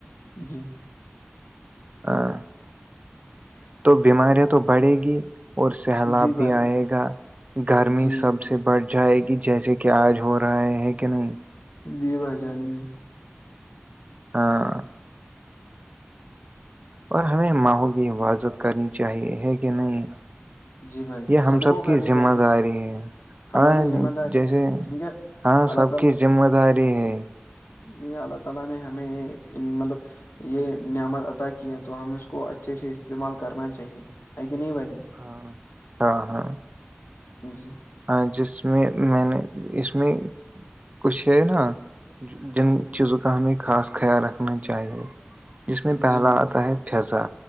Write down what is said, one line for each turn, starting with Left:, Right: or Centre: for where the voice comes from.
Left: جی
Right: ہاں
Left: <inaudible> <unintelligible>
Right: تو بیماریاں تو بڑھیں گی اور سہلاب
Left: جی
Right: بھی
Left: بھائی جان
Right: آئے گا گرمی
Left: جی
Right: سب
Left: جی
Right: سے بڑی پوچھائے کہ جیسے کہ آج ہو رہا ہے کہ نہیں
Left: جی بھائی جان جی
Right: ہاں اور ہمیں ماہحوں کی حفاظت کرنی چاہیے ہے کہ نہیں
Left: جی بھائی جان
Right: یہ ہم سب
Left: کو کرنی
Right: کی ذمہ
Left: چاہیے
Right: داری ہے
Left: ہماری
Right: ہاں
Left: ذمہ داری
Right: جیسے
Left: ہے کیونکہ
Right: ہاں
Left: اللہ
Right: سب کی ذمہ داری ہے
Left: جی اللہ تعالی نے ہمیں مطلب یہ نعمت عطا کی ہے تو ہم اس کو اچھے سے استعمال کرنا چاہیے ہے کہ نہیں بھائی جان
Right: ہاں ہاں ہاں
Left: جی
Right: ہاں جس میں میں نے اس میں کچھ ہے نا جن چیزوں کا ہمیں خاص خیال رکھنا چاہیے جس میں
Left: جی
Right: پہلا
Left: بھائی
Right: آتا
Left: جان
Right: ہے پھضا